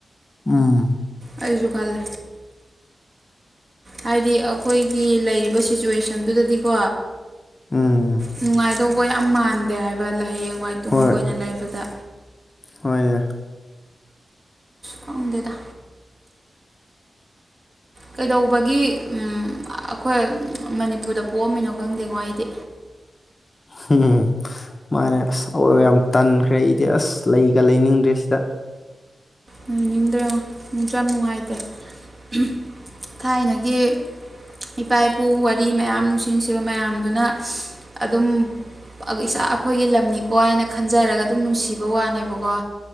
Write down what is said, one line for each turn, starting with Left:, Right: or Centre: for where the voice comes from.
Left: ꯎꯝ
Right: ꯑꯩꯁꯨ ꯈꯜꯂꯦ ꯍꯥꯏꯗꯤ ꯑꯈꯣꯏꯒꯤ ꯂꯩꯔꯤꯕ ꯁꯤꯆꯨꯋꯦꯁꯟꯗꯨꯗꯗꯤꯀꯣ
Left: ꯎꯝ
Right: ꯅꯨꯡꯉꯥꯏ ꯗꯧꯕ ꯌꯥꯝ ꯃꯥꯟꯗꯦ ꯍꯥꯏꯕ ꯍꯥꯌꯦꯡ ꯋꯥꯏ ꯇꯨꯡ
Left: ꯍꯣꯏ
Right: ꯀꯣꯏꯅ ꯂꯩꯕꯗ
Left: ꯍꯣꯏꯅꯦ
Right: ꯈꯪꯗꯦꯗ ꯀꯩꯗꯧꯕꯒꯤ ꯎꯝ ꯑꯈꯣꯏ ꯃꯅꯤꯄꯨꯔꯗ ꯄꯣꯛꯑꯝꯃꯤꯅꯣ ꯈꯪꯗꯦꯉꯣ ꯑꯩꯗꯤ꯫
Left: ꯍꯨꯝ ꯃꯥꯅꯦ ꯑꯁ ꯑꯋꯣꯏꯕ ꯌꯥꯝ ꯇꯟꯈ꯭ꯔꯦ ꯑꯩꯗꯤ ꯑꯁ ꯂꯩꯒ ꯂꯩꯅꯤꯡꯗ꯭ꯔꯦ ꯁꯤꯗ
Right: ꯂꯩꯅꯤꯡꯗ꯭ꯔꯦꯉꯣ ꯅꯨꯡꯁꯨ ꯌꯥꯝ ꯅꯨꯡꯉꯥꯏꯇꯦ ꯍꯨꯝ ꯊꯥꯏꯅꯒꯤ ꯏꯄꯥ ꯏꯄꯨ ꯋꯥꯔꯤ ꯃꯌꯥꯝ ꯅꯨꯡꯁꯤ ꯅꯨꯡꯁꯤꯕ ꯃꯌꯥꯝꯗꯨꯅ ꯑꯗꯨꯝ꯫ ꯑꯗꯨ ꯏꯁꯥ ꯑꯩꯈꯣꯏꯒꯤ ꯂꯝꯅꯤꯀꯣ ꯍꯥꯏꯅ ꯈꯟꯖꯔꯒ ꯑꯗꯨꯝ ꯅꯨꯡꯁꯤꯕ ꯋꯥꯅꯦꯕꯀꯣ